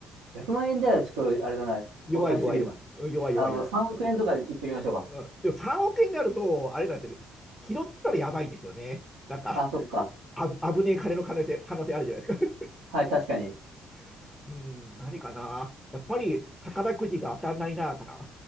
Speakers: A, on the right (about 75°); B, in the centre.
A: 100万円じゃちょっと、あれだな。
B: 弱い、
A: おとなしすぎるな。
B: 弱い、弱い。うん弱い、
A: あの、
B: 弱い、弱い弱い弱い弱い
A: 3億円とか言っておきましょうか。
B: うん、でも3億円になると、あれなんですよね。拾ったらやばいんですよね。なんか、
A: あ、そっか。
B: あぶ危ねえ金の可能性可能性あるじゃないですか。
A: はい、確かに。
B: <laughs> うん、何かな。やっぱり宝くじが当たんないな、かな。